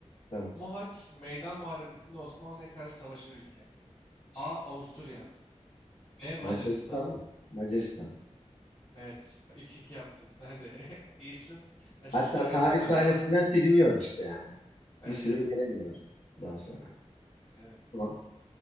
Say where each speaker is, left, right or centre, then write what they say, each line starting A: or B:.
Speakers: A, on the left; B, on the left.
A: tamam.
B: Mohaç, Meydan Muharebesi'nde Osmanlı'ya karşı savaşan ülke. A. Avusturya. B. Macaristan.
A: Macaristan mı? Macaristan.
B: Evet. <laughs> 2 iki yaptın. Hadi. <laughs> İyisin. Hadi
A: Hatta
B: soruyu
A: tarih
B: sor abi.
A: sahnesinden siliniyorlar işte yani.
B: Evet
A: Bir süre
B: evet.
A: gelemiyorlar daha sonra.
B: Evet.
A: Tamam.